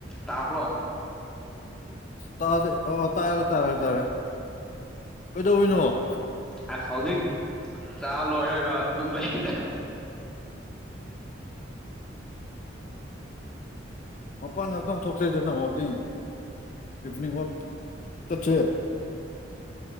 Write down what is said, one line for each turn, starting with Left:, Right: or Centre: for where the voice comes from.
Centre: ꯇꯥꯕ꯭ꯔꯣ
Left: ꯇꯥꯔꯦ ꯑꯣ ꯇꯥꯔꯦ ꯇꯥꯔꯦ ꯇꯥꯔꯦ ꯀꯩꯗꯧꯔꯤꯅꯣ
Centre: ꯑ ꯁꯖꯤ ꯆꯌꯦꯒ ꯑꯗꯨꯝ ꯂꯩꯗ
Left: ꯃꯄꯟ ꯊꯣꯛꯆꯦꯗꯅ ꯋꯥꯛꯀꯤꯡ ꯏꯚꯤꯅꯤꯡ ꯋꯥꯛ ꯆꯠꯁꯦ